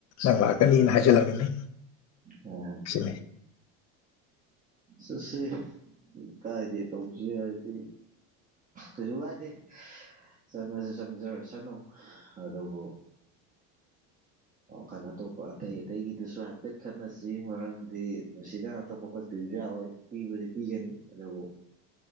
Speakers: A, on the left; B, on the right.
A: ꯥꯡ ꯂꯥꯛꯀꯅꯤꯅ ꯍꯥꯏꯖꯜꯂꯃꯤꯅꯦ
B: ꯑꯣ ꯍ
A: ꯁꯤ
B: ꯁꯁꯤꯦ ꯀꯥꯏꯗ ꯇꯧꯁꯤ ꯍꯥꯏꯗꯤ ꯀꯩꯁꯨ ꯀꯥꯏꯗꯦ ꯆꯪꯉꯁꯨ ꯆꯪꯖꯔꯁꯅꯨ ꯑꯗꯨꯕꯨ ꯈꯜ ꯑꯇꯣꯞꯄ ꯑꯇꯩ ꯑꯇꯩꯒꯤꯗꯨꯁꯨ ꯍꯥꯏꯐꯦꯠ ꯈꯠꯟꯅꯁꯤ ꯃꯔꯝꯗꯤ ꯃꯁꯤꯗ ꯑꯇꯣꯞꯄ ꯈꯣꯠꯄꯤꯕꯁꯨ ꯌꯥꯔꯣꯏ ꯄꯤꯕꯗꯤ ꯄꯤꯒꯅꯤ ꯑꯗꯨꯕꯨ